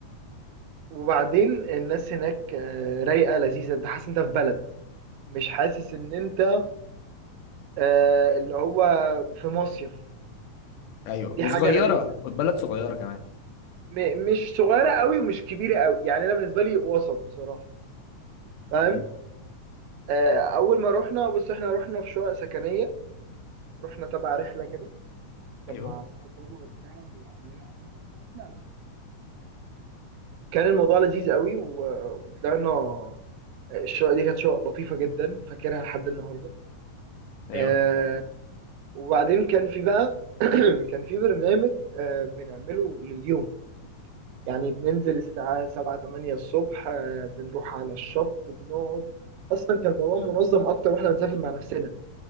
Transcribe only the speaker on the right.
وبعدين الناس هناك آه، رايقه لذيذه انت حاسس انت في بلد مش حاسس ان انت آه، اللي هو في مصيف
ودي
حاجه لذيذه
م- مش صغيره قوي ومش كبيره قوي يعني انا بالنسبه لي وسط بصراحه فاهم
آه، اول ما رحنا بص احنا رحنا في شقق سكنيه رحنا تبع رحله كده كان
مع صاحب بابا وبتاع وقال لنا عليها فطلعنا كان الموضوع لذيذ قوي و- وطلعنا آه، الشقه دي كانت شقه لطيفه جدا فاكرها لحد النهارده
آه، وبعدين كان في بقى <clears throat> كان في برنامج آه، بنعمله لليوم يعني بننزل الساعه 7 8 الصبح آه، بنروح على الشط بنقعد اصلا كان الموضوع منظم اكتر واحنا بنسافر مع نفسنا